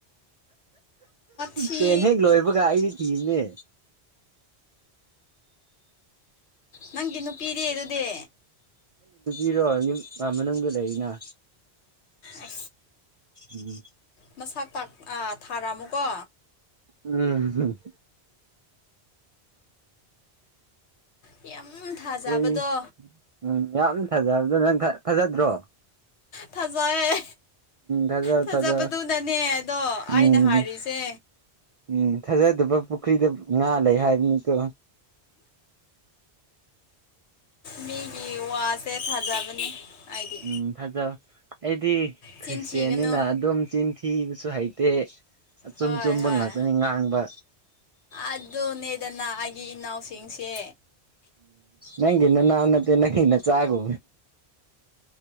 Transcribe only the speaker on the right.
ꯇꯦꯟ ꯍꯦꯛ ꯂꯣꯏꯕꯒ ꯑꯩꯗꯤ ꯊꯤꯕꯅꯦ
ꯏꯔꯣ ꯌꯨꯝ ꯃꯅꯨꯡꯗ ꯂꯩꯔꯤꯅ
ꯎꯝ
ꯎꯝ
ꯀꯏ ꯎꯝ ꯌꯥꯝ ꯐꯖꯕꯗ ꯅꯪ ꯐꯖꯗ꯭ꯔꯣ
ꯊꯥꯖ
ꯊꯥꯖ
ꯎꯝ
ꯎꯝ ꯊꯥꯖꯗꯕ ꯄꯨꯈ꯭ꯔꯤꯗ ꯉꯥ ꯂꯩ ꯍꯥꯏꯕꯅꯤꯠꯇꯣ
ꯎꯝ ꯐꯖꯕ ꯑꯩꯗꯤ ꯈ꯭ꯔꯤꯁꯇꯌꯥꯟꯅꯤꯅ
ꯑꯗꯨꯝ ꯆꯤꯟꯊꯤꯕꯁꯨ ꯍꯩꯇ ꯑꯆꯨꯝ
ꯆꯨꯝꯕ
ꯉꯥꯛꯇꯅꯤ ꯉꯥꯡꯕ
ꯅꯪ ꯏ ꯅ ꯅꯎ ꯅꯠꯇꯦ ꯅꯪ ꯏ ꯅ ꯆꯥꯒꯦ